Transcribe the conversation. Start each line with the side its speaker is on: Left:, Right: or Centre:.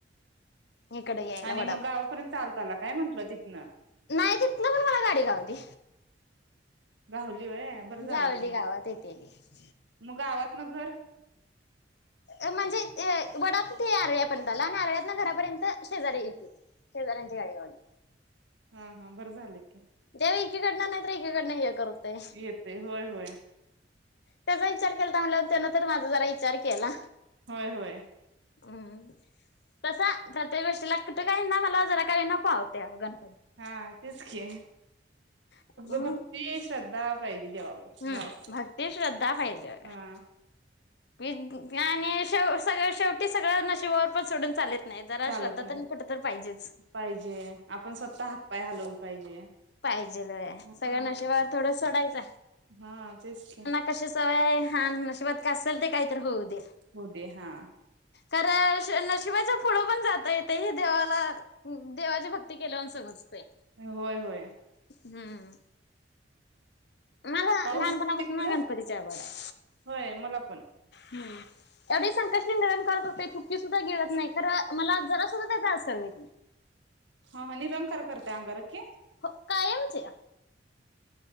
Left: इकड यायला
Right: आणि
Left: वडाप
Right: मग गावापर्यंत चालत आला काय म्हंटलं तिथनं
Left: नाय तिथन पण मला गाडी घावली
Right: घाहुली होय बर झाल
Left: गावली
Right: की मग
Left: गावात येतेली
Right: मग गावात मग घर
Left: अ म्हणजे ते वडाप ते आरव्यापर्यंत आला आणि आरव्यात घरापर्यंत शेजारी हुतीत शेजाऱ्यांची गाडी घावली
Right: हा हा बरं झालं की
Left: देव एकीकडन नायत एकी कडन हे करू तय
Right: येतय होय होय
Left: त्याचा विचार केलता म्हणला त्यांना तर माझा जरा ईचार केला
Right: होय होय
Left: हम्म तसा प्रत्येक गोष्टीला कुठं काही ना मला जरा काही न पावते गन
Right: हा तेच की
Left: हम्म
Right: भक्ती श्रद्धा पाहिजे देवावर
Left: हम्म
Right: बास
Left: भक्ती श्रद्धा पाहिजे
Right: हा
Left: आणि सगळ शेवटी सगळं नशिबावर पण सोडून चाले त नाही जरा
Right: चालत
Left: श्रद्धा
Right: नाही
Left: कुठ तर पाहिजे
Right: पाहिजे आपण स्वतः हातपाय हलवलं पाहिजे
Left: पाहिजेल होय
Right: हम्म
Left: सळशे नशिबावर सोडायचं
Right: हा तेच की
Left: क सवय हाय आणि नशिबात काया आसल ते कायतर होऊदे
Right: हो दे हा
Left: खर नशिबाच्या फुड पण जाता येते हे देवाला देवाची भक्ती केल्यावर समजते
Right: होय होय
Left: हम्म मला
Right: पाऊस
Left: लहानपणापासून
Right: तिकडं
Left: ना गणपतीच्या आवड आहे
Right: होय मला पण
Left: हम एवढी संकष्टी निरणकार करतो थुकी सुद्धा गिळत नाही खर मला जरा सुद्धा त्याचा असंर नाही
Right: हा हा निरंकार करते अंगार की
Left: हो कायमची